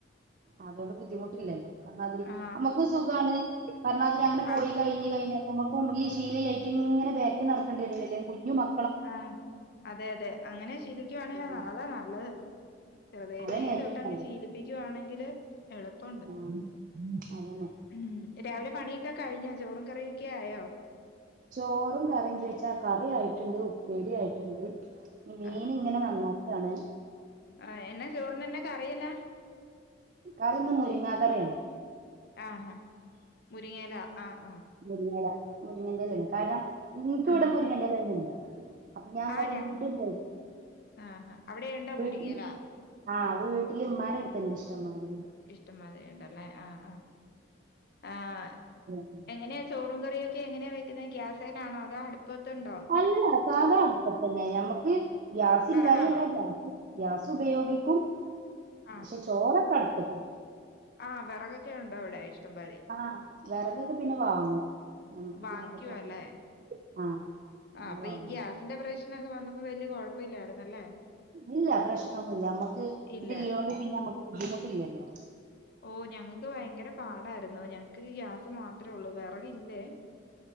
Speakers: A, on the right; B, on the left.
A: അതോണ്ട് ബുദ്ധിമുട്ടില്ലല്ലോ പർഞ്ഞാതിരി
B: ആ
A: നമ്മുക്ക് സുഖാണ് പർന്നാതിരി അങ്ങനെ പോയി
B: ആ
A: കഴിഞ്ഞ് കഴിഞ്ഞാ <unintelligible> ഇപ്പം ഈ ശിലയില്ലേറ്റ് ഇങ്ങനെ ബാക്കി നടക്കേണ്ടിവരല്ലെ കുഞ്ഞു മ
B: ആഹ് അതെ അതെ അങ്ങനെ ശീലി ക്കുവാണെങ്കില്
A: ഉം
B: അതാ നല്ലത് ചെറുതിലെ
A: അതന്നെ ഏറ്റവും
B: തൊട്ട് അങ്
A: നല്ലത്
B: ശീലി പ്പിക്കുവാണെങ്കില് എളുപ്പണ്ട്
A: ആഹ് അതന്നെ
B: ഉം രാവിലെ പണിയൊക്കെ കഴിഞ്ഞോ ചോറും കറിയൊക്കെ ആയോ?
A: ചോറും കറിയും ചോദിച്ചാ കറി ആയിട്ടുണ്ട് ഉപ്പേരി ആയിട്ടുണ്ട് മീൻ
B: ആഹ്
A: ഇങ്ങനെ നന്നാക്കാണ്
B: ആഹ് എന്നാ ചോറിന് എന്നെക്കറിയെന്നാ
A: കറിയിന്നു മുരിങ്ങാക്കറിയാണ്
B: ആഹ് ആഹ് മുരിങ്ങിയല ആഹ് ആഹ്
A: മുരിങ്ങയെല മുരിങ്ങന്റെല കാരണം ഇൻക്ക് ഇവടെ
B: ഉം
A: മുരിങ്ങന്റെല ഒന്നും ഇല്ല അപ്പൊ ഞാൻ ഇന്നലെ
B: ആഹ് ഞ
A: വീട്ടിൽ പോയി
B: ആഹ് അവിടെ ഉണ്ടോ
A: വീട്ടിൽ
B: മുരിങ്ങയെലാ
A: ആഹ് വീട്ടില് ഇമ്മാന്റെടുത്തുണ്ട് ഇഷ്ടംമാതിരി
B: ഇഷ്ടംമാതിരിയുണ്ടല്ലേ ആഹ് ആഹ് ആഹ്
A: ഉം
B: എങ്ങനാ ചോറും കറിയൊക്കെ എങ്ങനെയ വെക്കുന്നത് ഗ്യാസേലാണോ അതോ അ പ്പത്തെണ്ടോ
A: അല്ല സാധാ അടുപ്പത്തന്നെ നമ്മക്ക് ഗ്യാസ്
B: വെറകാണോ
A: ഇല്ലായി അല്ല ഗ്യാസ് ഗ്യാസ് ഉപയോഗിക്കും
B: ആഹ്
A: പക്ഷെ ചോറ നടത്ത്ക്ക്‌
B: ആഹ് വിറകൊക്കെ ഉണ്ടോ അവിടെ ഇഷ്ടംമാതിരി
A: ആഹ് വെറകൊക്കെ പിന്നെ വാങ്ങും ആഹ്
B: വാങ്ങിക്കുവാ
A: ഇല്ലാത്തപ്പോ
B: അല്ലേ
A: <unintelligible> ആഹ് ഞങ്ങള്
B: ആഹ് അപ്പഈ
A: വാങ്ങും
B: ഗ്യാസിന്റെ പ്രശ്‌നൊക്കെ വന്നപ്പോ വെല്യേ കൊയപ്പല്യർന്നല്ലേ
A: ഇല്ല പ്രശ്നൊന്നുല്ല അമ്മക്ക്
B: ഇല്ല
A: ഇതില്ലോണ്ട് പിന്നെ അമ്മക്ക് ബുദ്ധിമുട്ടില്ലല്ലോ
B: ഓ ഞങ്ങൾക്ക് ഭയങ്കര പാടായിരുന്നു ഞങ്ങക്ക് ഗ്യാസ് മാത്രേ ഉള്ളൂ വെറകില്ലേ